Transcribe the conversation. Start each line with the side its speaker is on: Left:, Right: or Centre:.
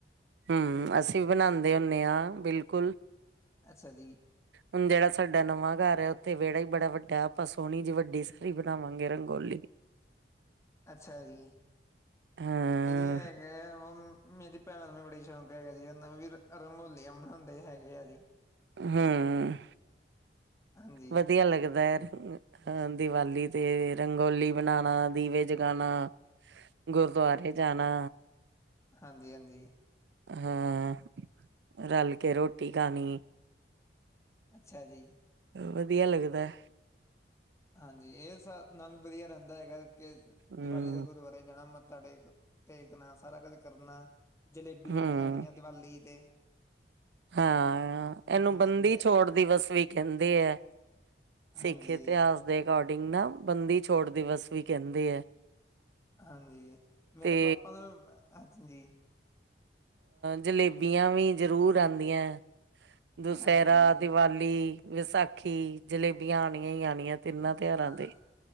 Right: ਹੂੰ, ਅਸੀਂ ਵੀ ਬਣਾਂਦੇ ਹੁੰਦੇ ਹਾਂ ਬਿਲਕੁਲ
Left: ਅੱਛਾ ਜੀ।
Right: ਹੁਣ ਜਿਹੜਾ ਸਾਡਾ ਨਵਾਂ ਘਰ ਹੈ ਉੱਥੇ ਵਿਹੜਾ ਹੀ ਬੜਾ ਵੱ ਆਪਾਂ ਸੋਹਣੀ ਜਿਹੀ ਵੱਡੀ ਸਾਰੀ ਬਣਾਵਾਂਗੇ ਰੰਗੋਲੀ।
Left: ਅੱਛਾ ਜੀ,
Right: ਹਾਂ
Left: ਇਹੀ ਹੈਗਾ ਮੇਰੀ ਭੈਣਾਂ ਨੂੰ ਬੜੀ ਸ਼ੌਂਕ ਹੈਗਾ ਜੀ ਉਹਨਾਂ ਵੀ ਰੰਗੋਲੀਆਂ ਮਨਾਉਂਦੇ ਹੈਗੇ ਆ ਜੀ।
Right: ਹੂੰ,
Left: ਹਾਂਜੀ
Right: ਵਧੀਆ ਲੱਗਦੈ। ਅਹ ਦੀਵਾਲੀ ਤੇ ਰੰਗੋਲੀ ਬਣਾਣਾ, ਦੀਵੇ ਜਗਾਣਾ। ਗੁਰਦੁਆਰੇ ਜਾਣਾ।
Left: ਹਾਂਜੀ-ਹਾਂਜੀ।
Right: ਹਾ, ਰਲ ਕੇ ਰੋਟੀ ਖਾਣੀ।
Left: ਅੱਛਾ ਜੀ।
Right: ਵਧੀਆ ਲੱਗਦਾ।
Left: ਹਾਂਜੀ, ਇਹ ਸਬ ਨਾਲ ਵਧੀਆ ਰਹਿੰਦਾ ਹੈਗਾ ਕਿ,
Right: ਹਮ
Left: ਦੀਵਾਲੀ ਦਾ ਗੁਰਦੁਆਰੇ ਜਾਣਾ ਮੱਥਾ ਟੇਕ ਟੇਕਣਾ ਸਾਰਾ ਕੁਝ ਕਰਨਾ, ਜਲੇਬੀਆਂ
Right: ਹਮ
Left: ਖਾਣੀਆਂ ਦੀਵਾਲੀ ਤੇ।
Right: ਹਾਂ,
Left: ਹਾਂਜੀ
Right: ਇਹਨੂੰ ਬੰਦੀ
Left: ਮੈਂ
Right: ਛੋੜ ਦੀਵਸ ਵੀ ਕਹਿੰਦੇ ਹੈ, ਸਿੱਖ
Left: ਹਾਂਜੀ
Right: ਇਤਿਹਾਸ ਦੇ ਅਕੋਡਿੰਗ ਨਾ ਬੰਦੀ ਛੋੜ ਦਿਵਸ ਵੀ ਕਹਿੰਦੇ ਹੈ,
Left: ਹਾਂਜੀ ਮੇਰੇ
Right: ਤੇ
Left: ਪਾਪਾ ਨੂੰ ਹਾਂਜੀ।
Right: ਜਲੇਬੀਆਂ ਵੀ ਜ਼ਰੂਰ ਆਦੀਆਂ, ਦਿਸ਼ੈਹਿਰਾ,
Left: ਹਾਂਜੀ
Right: ਦਿਵਾਲੀ ਵਿਸਾਖੀ ਜਲੇਬੀਆਂ ਆਣੀਆਂ ਹੀ ਆਣੀਆਂ। ਤਿੰਨਾਂ ਤਿਉਹਾਰਾਂ
Left: ਹਾਂ।
Right: ਤੇ